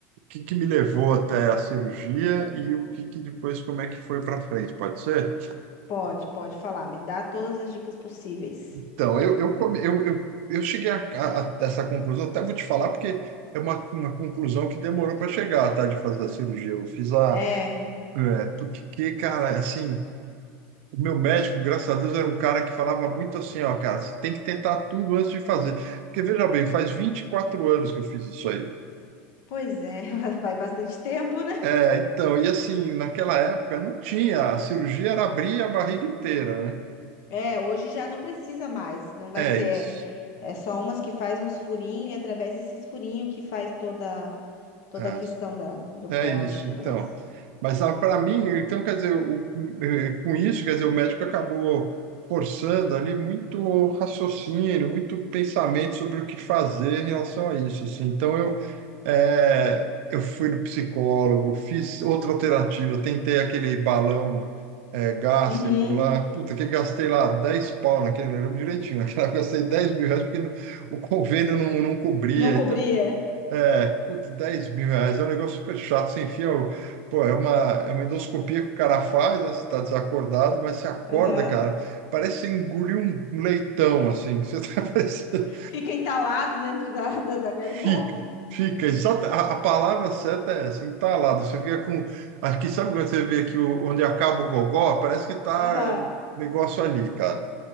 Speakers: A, on the right; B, on the left.
A: que, que me levou até a cirurgia e o que, que depois, como é que foi para frente, pode ser?
B: Pode, pode falar, me dá todas as dicas possíveis.
A: Então, eu, eu, come- eu, eu, eu cheguei a, a- a essa conclusão, até vou te falar, porque é uma, uma conclusão que demorou para chegar, tá, de fazer a cirurgia. Eu fiz a...
B: É,
A: É, porque, cara, assim, o meu médico, graças a Deus, era um cara que falava muito assim, ó, cara, você tem que tentar tudo antes de fazer. Porque, veja bem, faz 24 anos que eu fiz isso aí.
B: pois é, <laughs> vai bastante tempo, né?
A: É, então, e assim, naquela época não tinha, a cirurgia era abrir a barriga inteira, né?
B: É, hoje já não precisa mais, não vai
A: É
B: ser,
A: isso.
B: é é só umas que faz uns furinhos e através desses furinhos que faz toda toda
A: É.
B: a questão da, do corte
A: É isso,
B: e tudo
A: então.
B: mais.
A: Mas para mim, então, quer dizer, o- eh, com isso, quer dizer, o médico acabou forçando ali muito raciocínio, muito pensamento sobre o que fazer em relação a isso, assim. Então, eu, eh, eu fui no psicólogo, fiz outra alternativa, tentei aquele balão, eh, gástrico
B: Uhum,
A: lá, puta, que gastei lá 10 pau naquele, eu lembro direitinho, naquela <laughs> gastei dez mil reais porque não- o convênio não, não cobria,
B: não cobria.
A: então... É, putz, dez mil reais é um negócio super chato. Você enfia o. Pô, é uma, é uma endoscopia que o cara faz, né? Você tá desacordado, mas você acorda,
B: Aham.
A: cara. Parece que você engoliu um leitão, assim, que você tá <laughs> parecendo.
B: Fica entalado dentro da, <laughs> da, da garganta.
A: Fica, fica. Exata, a, a palavra certa é essa, entalado. Você fica com. Aqui, sabe quando você vê aqui o- onde acaba o gogó? Parece que tá
B: Aham.
A: é, negócio ali, cara.